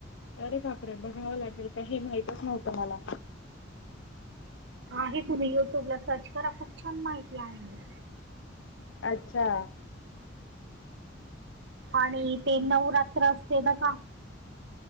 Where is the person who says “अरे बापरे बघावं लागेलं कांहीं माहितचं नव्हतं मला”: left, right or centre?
Left